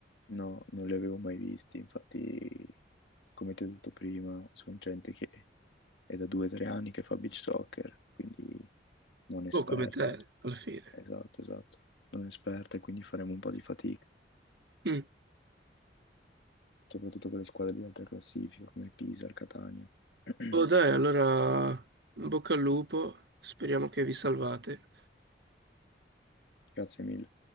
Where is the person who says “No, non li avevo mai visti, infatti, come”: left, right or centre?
Left